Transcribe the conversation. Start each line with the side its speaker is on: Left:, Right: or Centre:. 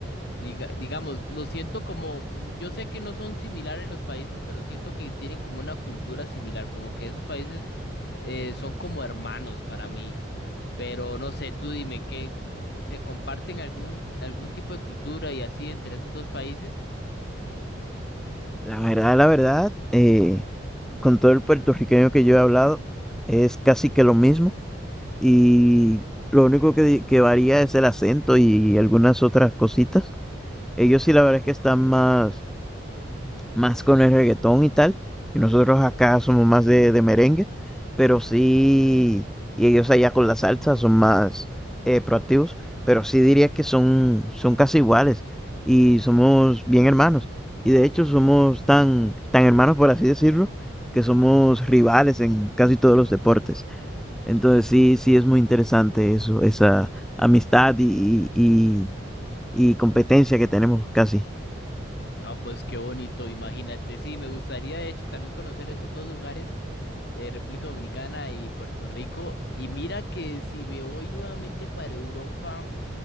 Left: Diga, digamos, lo siento como, yo sé que no son similares los países, pero siento que tienen como una cultura similar, como que esos países eh, son como hermanos para mí. Pero no sé, tú dime, ¿qué se comparten algún algún tipo de cultura y así entre esos dos países?
Centre: La verdad, la verdad, eh, con todo el puertorriqueño que yo he hablado, es casi que lo mismo y lo único que, di- que varía es el acento y algunas otras cositas. Ellos sí, la verdad es que están más... más con el reggaetón y tal, y nosotros acá somos más de, de merengue, pero sí, y ellos allá con la salsa son más eh, proactivos, pero sí diría que son, son casi iguales y somos bien hermanos. Y de hecho somos tan, tan hermanos, por así decirlo, que somos rivales en casi todos los deportes. Entonces sí, sí es muy interesante eso, esa amistad y, y, y y competencia que tenemos casi.
Left: No, pues qué bonito, imagínate. Sí, me gustaría de hecho también conocer esos dos lugares eh, República Dominicana y Puerto Rico. Y mira que si me voy nuevamente para Europa,